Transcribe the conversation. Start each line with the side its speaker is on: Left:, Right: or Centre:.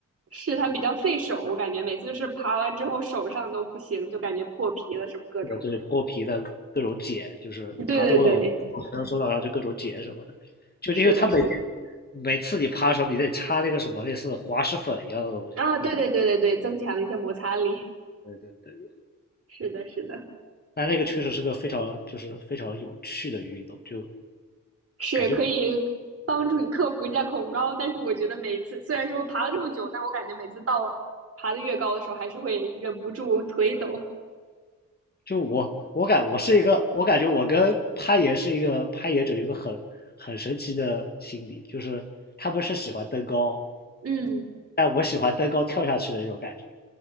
Right: 是它比较费手，我感觉每次就是爬完之后手上都不行，就感觉破皮了什么各种。
Left: 这对脱皮的各种茧，就是爬多了，
Right: 对对对，
Left: 我可能手掌上就各种茧什么的。就因为它每
Right: 是的，是的，
Left: 每次你爬的时候，你得擦那个什么类似滑石粉一样的东西，
Right: 啊，对对对对对，
Left: 就是
Right: 增强一下摩擦力，
Left: 对对对。
Right: 是的，是的，
Left: 但那个确实是个非常就是非常有趣的运动，就
Right: 是可以帮助你克服一下恐高。
Left: 感觉
Right: 但是我觉得每次虽然说爬了这么久，但我感觉每次到爬得越高的时候，还是会忍不住腿抖。
Left: 就我我感我是一个，我感觉我跟攀岩是一个攀岩者有一个很很神奇的心理，就是他们是喜欢登高，
Right: 嗯，
Left: 但我喜欢登高跳下去的那种感觉。